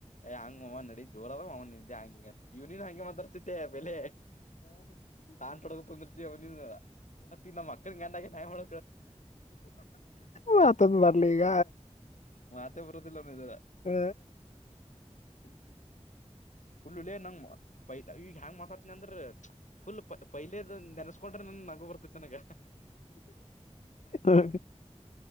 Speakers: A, on the left; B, on the left.
A: ಏ ಹಂಗ ನಡೀ ಜೋಲ ಅದ ಅವನ ನಿದೆ ಹಂಗ ಹಂಗಂತ ಇವ್ನ್ ಹಂಗಗೆ ಮಂದರ್ಸಿದ್ದೆ ಬೆಲೆ ನಾನ್ ತೊಡಗಂದ ಮತ್ತೆ ಇನ್ನ ಮಕ್ಳಿಗೆ ಗಂಡಾಗಿ ನಾಯಿ ಮಾಡ
B: ಮಾತೊಂದು ಬರ್ಲಿ ಈಗ
A: ಮತೆ ಬರೋದಿಲ್ಲವ ಇದ
B: ಹ
A: ಫುಲಲ್ಲೇ ನಂಗ ಪೈ ಈಗ ಹೆಂಗ್ ಮಾತಾಡ್ತಿನನಿ ಅಂದ್ರ ಫುಲ್ ಪೈಲದ ನೆನ್ಸ್ಕೊಂಡ್ರೆ ನನ್ ನಗು ಬರ್ತತಿನಗ
B: ಹೌ